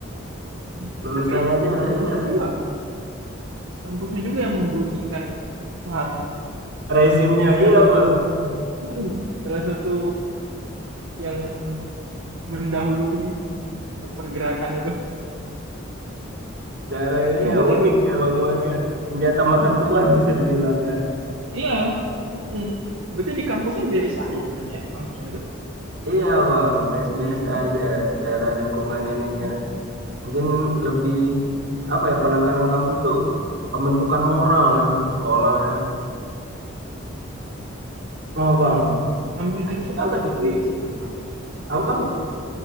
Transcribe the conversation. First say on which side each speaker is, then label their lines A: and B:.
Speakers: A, on the right; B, on the right.
A: Hmm.
B: lulusannya
A: Tapi
B: aja
A: kampusnya
B: iya
A: juga, kampusnya juga yang menggulingkan Soeharto.
B: rezimnya
A: Salah
B: iya
A: satu,
B: Bang
A: Mm-mm. salah satu yang mendahului untuk pergerakan itu.
B: cara ini
A: Ini
B: ya
A: berarti
B: unik
A: kalau
B: emang makanya senjata
A: Mm-mm.
B: makan tuan <laughs> bisa dibilang ya
A: Iya, mm-mm. Berarti di kampusnya biasa aja jatuhnya ya, kampusnya itu
B: Iya bang,
A: di
B: biasa-biasa
A: perkuliahan ini.
B: aja secara lingkungan ininya.
A: Mm.
B: Mungkin lebih apa ya penekanan kampus tuh pembentukan moral ya untuk sekolah ya. Oh bang,
A: Ngambil
B: asik
A: jurusan
B: banget.
A: apa tuh
B: Iya.
A: di 11 Maret?
B: Apa bang?